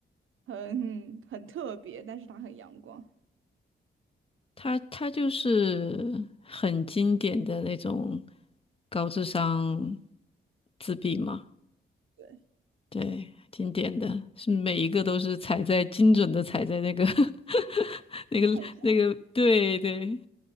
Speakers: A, on the right (about 75°); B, on the left (about 25°).
A: 很很特别，但是他很阳光，
B: 他他就是很经典的那种高智商自闭嘛，
A: 对，
B: 对，经典的是每一个都是踩在精准的踩在那个 <laughs> 那个那个，
A: 很像
B: 对对